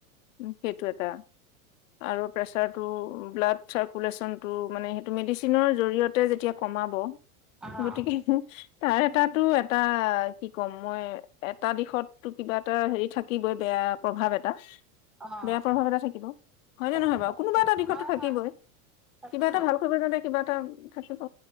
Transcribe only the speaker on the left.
উম সেইটো এটা। আৰু প্ৰেচাৰ টো, ব্লাড চাৰ্কুলেশচন টো মানে মেডিচিনৰ জৰিয়তে যেতিয়া কমাব,
গতিকে, তাৰে এটাতো এটা কি ক'ম মই এটা দিশতটো কিবা এটা হেৰি থাকিবই বেয়া প্ৰভাৱ এটা।
বেয়া প্ৰভাৱ এটা থাকিব। হয়নে
নহয় বাৰু? কোনোবা
এটা দিশতো
থাকিবই,
কিবা এটা ভাল কিবা এটা থাকিব,